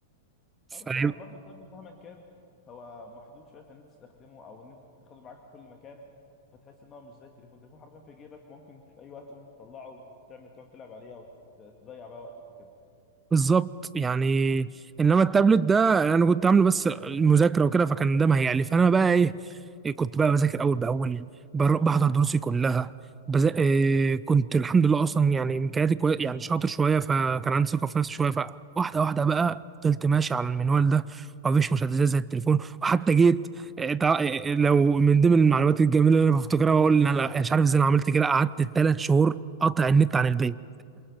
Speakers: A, on the left (about 25°); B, on the right (about 15°).
A: اه بس
B: ده
A: طبعا برضو التابلت مهما كان هو محدود شويه في ان انت تستخدمه او ان انت تاخده معاك في كل مكان فتحس ان هو مش زي التليفون التليفون حرفيا في جيبك ممكن في اي وقت تقوم تطلعه وتعمل تقعد تلعب عليه او ت- تضيع بقى وقتك وكده
B: بالظبط يعني انما التابلت ده انا كنت عامله بس المذاكره وكده فكان ده ما هيعلي فانا بقى ايه إيه كنت بقى بذاكر اول باول بر- بحضر دروسي كلها بز... إيه كنت الحمد لله اصلا يعني امكانياتي كوي... يعني شاطر شويه فكان عندي ثقه في نفسي شويه فواحده واحده بقى فضلت ماشي على المنوال ده ومفيش مشتتات زي التليفون وحتى جيت إيه تع... إيه لو من ضمن المعلومات الجميله اللي انا بفتكرها بقول انا مش عارف ازاي انا عملت كده قعدت ثلاث شهور قاطع النت عن البيت